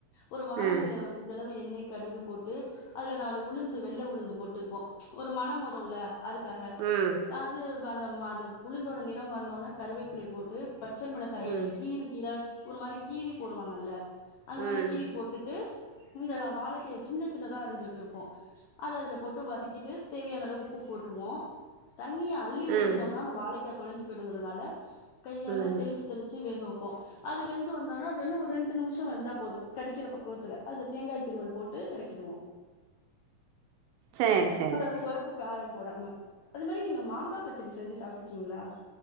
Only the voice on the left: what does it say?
ஒரு வாணலில
சிறிதளவு எண்ணெய் கடுகு போட்டு அதுல நாலு உளுந்து வெள்ள உளுந்து போட்டுப்போ ஒரு மணம் வருல்ல அதுக்காக
அது அந்த மத உளுந்தோட நிறம் மாற்னோனா கருவேப்பிலை போட்டு பச்சரு மிளகாய
கீரு கீரா ஒரு மாரி கீறி போடுவாங்கல்ல அந்த
மாரி கீறக போட் டுட்டு இந்த வாழைக்காய சின்ன சின்னதா அரிஞ்சு வெச்சிருப்போ அத அதுல போட்டு வதக் கிட்டு தேவையான அளவு உப்பு போட்ருவோ தண்ணிய அள்ளி
ஊத்துனம்னா
அந்த வாழைக்கா கொலஞ்சு போயிடுங்கிறதுனால கையால
தெளிச்சு தெளிச்சு வேக வெப்போ அது வெந்து வந்தோனா அதென்ன ஒரு ரெண்டு நிம்ஷம் வெந்தாப் போது கடிக்கிற பக்குவத்துல அதுல தேங்காய் திருவல் போட்டு எறக்கிடுவோ
அதாவ்து ஒரப் பு காரம் போடாம அது மாரி நீங்க மாங்கா பச்சடி செஞ்சு சாப்ட்ருக்கீங்ளா